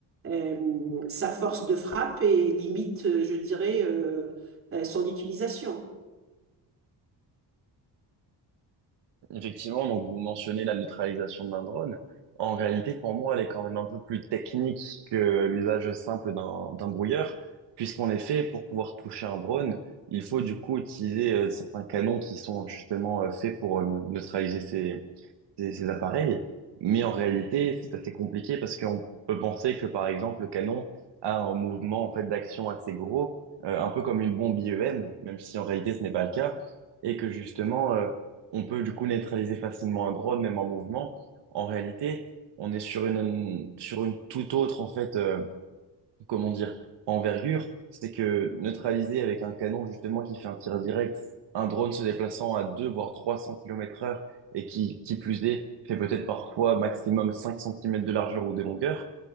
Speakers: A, on the right (about 30°); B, on the right (about 75°).
A: euh, sa force de frappe et limite, euh, je dirais, euh, euh, son utilisation.
B: Effectivement, donc vous mentionnez la neutralisation d'un drone. En réalité, pour moi, elle est quand même un peu plus technique que l'usage simple d'un d'un brouilleur, puisqu'en effet, pour pouvoir toucher un drone, il faut du coup utiliser euh, certains canons qui sont justement euh, faits pour euh, neutraliser ces, ces, ces appareils. Mais en réalité, c'est assez compliqué parce qu'on peut penser que, par exemple, le canon a un mouvement en fait d'action assez gros, euh, un peu comme une bombe IEM, même si en réalité ce n'est pas le cas, et que justement, euh, on peut du coup neutraliser facilement un drone, même en mouvement. En réalité, on est sur une, sur une toute autre en fait. euh, comment dire, envergure, c'est que neutraliser avec un canon justement qui fait un tir direct, un drone se déplaçant à 2 voire 300 km heure et qui, qui plus est, fait peut-être parfois maximum 5 cm de largeur ou de longueur,